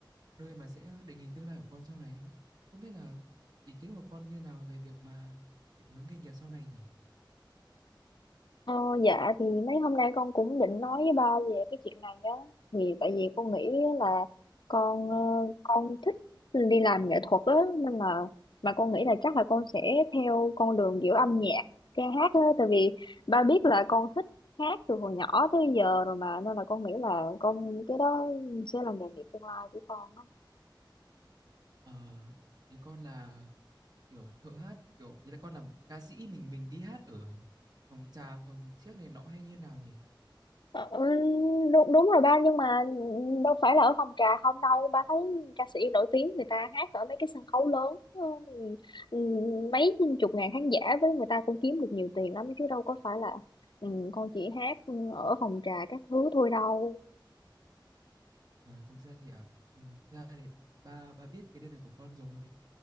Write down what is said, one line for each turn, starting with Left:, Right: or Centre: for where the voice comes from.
Right: nơi mà sẽ định hình tương lai của con sau này á. Không biết là ý kiến của con như nào về việc mà định hướng nghề nghiệp sau này nhỉ?
Left: Ờ, dạ thì mấy hôm nay con cũng định nói với ba về cái chuyện này á thì tại vì con nghĩ là con ờ, con thích đi làm nghệ thuật á nên là mà con nghĩ là chắc là con sẽ theo con đường kiểu âm nhạc ca hát á tại vì ba biết là con thích hát từ hồi nhỏ tới giờ rồi mà nên là con nghĩ là con cái đó sẽ là nghề nghiệp tương lai của con á
Right: Ờ, ý con là Kiểu thợ hát, kiểu ý là con làm ca sĩ mình mình đi hát ở phòng trà, phòng chiếc này nọ hay như nào nhỉ?
Left: Ờ, đúng đúng rồi ba nhưng mà đâu phải là ở phòng trà không đâu ba thấy ca sĩ nổi tiếng người ta hát ở mấy cái sân khấu lớn ừ, ừ, mấy chục ngàn khán giả với người ta cũng kiếm được nhiều tiền lắm chứ đâu có phải là ừ, con chỉ hát ở phòng trà các thứ thôi đâu
Right: Ờ, thực ra thì à, ừ, thực ra thì ba ba biết cái điều này của con rồi.